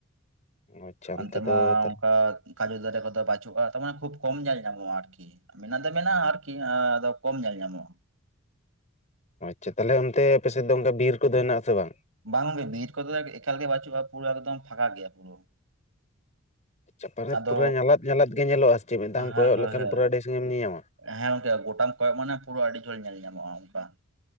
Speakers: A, on the left; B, on the right.
A: ᱟᱪᱪᱷᱟ
B: ᱚᱱᱛᱮ
A: ᱫᱚ
B: ᱢᱟ
A: ᱛᱟᱦᱚᱞᱮ
B: ᱚᱱᱠᱟ ᱠᱟᱡᱩ ᱫᱟᱨᱮ ᱠᱚᱫᱚ ᱵᱟᱹᱪᱩᱜᱼᱟ ᱛᱚᱢᱮ ᱠᱷᱩᱵ ᱠᱚᱢ ᱧᱮᱞ ᱧᱟᱢᱚᱜᱼᱟ ᱟᱨᱠᱤ᱾ ᱢᱮᱱᱟᱜ ᱫᱚ ᱢᱮᱱᱟᱜᱼᱟ ᱟᱨᱠᱤ ᱟᱫᱚ ᱠᱚᱢ ᱧᱮᱞ ᱧᱟᱢᱚᱜᱼᱟ᱾
A: ᱪᱮᱫ ᱛᱟᱦᱚᱞᱮ ᱚᱱᱛᱮ ᱟᱯᱮ ᱥᱮᱫ ᱫᱚ ᱚᱱᱠᱟ ᱵᱤᱨ ᱠᱚᱫᱚ ᱦᱮᱱᱟᱜ ᱟᱥᱮ ᱵᱟᱝ?
B: ᱵᱟᱝ ᱜᱚᱝᱠᱮ ᱵᱤᱨ ᱠᱚᱫᱚ ᱮᱠᱟᱞ ᱜᱮ ᱵᱟᱹᱪᱩᱜᱼᱟ ᱯᱩᱨᱟᱹ ᱮᱠᱫᱚᱢ ᱯᱷᱟᱸᱠᱟ ᱜᱮᱭᱟ ᱯᱩᱨᱟᱹ᱾
A: ᱪᱟᱯᱟᱱ ᱨᱮ
B: ᱟᱫᱚ
A: ᱯᱩᱨᱟᱹ ᱧᱟᱞᱟᱫ ᱧᱟᱞᱟᱫ ᱜᱮ ᱧᱮᱞᱚᱜᱼᱟ ᱥᱮ ᱪᱮᱫ ᱢᱤᱫ ᱫᱷᱟᱣ ᱮᱢ
B: ᱦᱮᱸ
A: ᱠᱚᱭᱚᱜ
B: ᱦᱳᱭ
A: ᱞᱮᱠᱷᱟᱱ
B: ᱦᱳᱭ
A: ᱯᱩᱨᱟᱹ ᱟᱹᱰᱤ ᱥᱟᱹᱜᱤᱧ ᱮᱢ ᱧᱮᱞ ᱧᱟᱢᱟ
B: ᱦᱮᱸ ᱜᱚᱝᱠᱮ ᱜᱚᱴᱟᱢ ᱠᱚᱭᱚᱜ ᱢᱟᱱᱮ ᱯᱩᱨᱟᱹ ᱟᱹᱰᱤ ᱡᱷᱟᱹᱞ ᱧᱮᱞ ᱧᱟᱢᱚᱜᱼᱟ ᱚᱱᱠᱟ